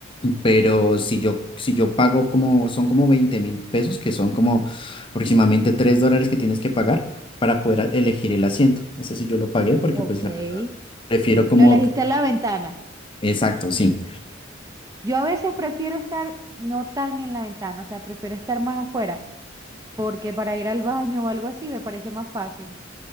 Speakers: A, on the left; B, on the right.
A: Pero si yo, si yo pago como, son como veinte mil pesos, que son como aproximadamente 3 dólares que tienes que pagar para poder a- elegir el asiento. Ese sí yo lo pagué porque
B: ok.
A: pues la verdad, prefiero como...
B: Lo elegiste en la ventana.
A: Exacto, sí.
B: Yo a veces prefiero estar no tan en la ventana, o sea, prefiero estar más afuera, porque para ir al baño o algo así me parece más fácil.